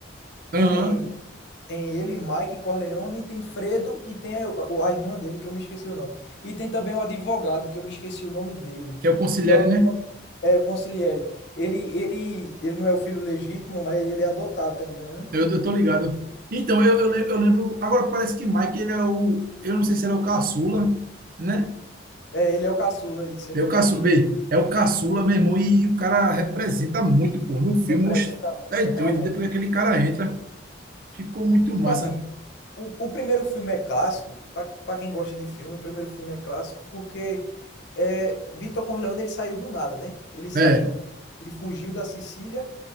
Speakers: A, on the right; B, on the left.
A: Aham,
B: Tem Tem ele, Mike Corleone, e tem Fredo e tem a, o- a irmã dele, que eu me esqueci o nome. E tem também o advogado, que eu me esqueci o nome dele,
A: que é o Consigliere,
B: que é o,
A: né?
B: é o Consigliere. Ele, ele, ele não é o filho legítimo, mas ele é adotado, tá entendendo?
A: Eu, eu tô ligado. Então, eu, eu, le- eu lembro. Agora parece que Mike, ele é o. Eu não sei se ele é o caçula, né?
B: É, ele é o caçula, isso, ele
A: É
B: é
A: o
B: o
A: caçula.
B: caçula.
A: Bem, é o caçula, meu irmão, e, e o cara representa muito, pô. No filme,
B: Representa
A: oxe,
B: muito,
A: tá doido.
B: é, realmente.
A: Depois que aquele cara entra, ficou muito massa.
B: Tipo assim, o, o primeiro filme é clássico, pra pra quem gosta de filme, o primeiro filme é clássico porque é, Vitor Corleone ele saiu do nada, né? Ele saiu,
A: É,
B: ele fugiu da Sicília,